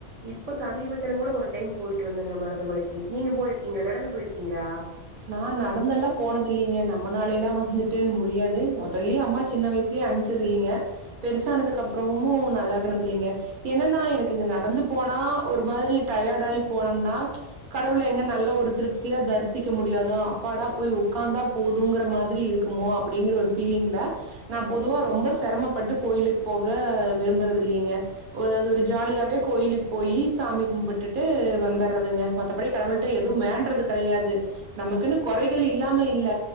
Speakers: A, on the right (about 80°); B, on the right (about 60°).
A: இப்ப சமீபத்தைலு கூட ஒரு டைம் போயிட்டு வந்தங்க மருதமலைக்கி நீங்க போயிருக்கீங்க நடந்து போயிருக்கீங்ளா
B: நான் நடந்தெல்லா போனதில்லீங்க நம்மனாலேலா வந்துட்டு முடியாது முதல்லயே அம்மா சின்ன வயஸ் திஅம்ச்சது இல்லீங்க பெருசானதுக் அப்புறமு நாகனது இல்லீங்க என்னன்னா எனக் இது நடந்து போனா ஒரு மாரி டயட் ஆகி போனம்னா கடவுள் எங்க நல்ல ஒரு திருப்தியா தரிஸ் திக்க முடியாதா அப்பாடா போய் உட்காந்தா போதுங்கற மாதிரி இருக்குமோ அப்டிங்கிற ஒரு ஃபீலிங்ல நா பொதுவா ரொம்ப செரமபட்டு கோயிலுக் போக விரும்பறது இல்லீங்க ஒருஅது ஒரு ஜாலியாவே கோயிலுக் போயி சாமி கும்புட்டுட்டு வந்தர்றதுங்க மத்தபடி கடவுள்ட்ட எதுவு வேன்றது கடையாது நமக்குன் கொறைகள் இல்லாம இல்ல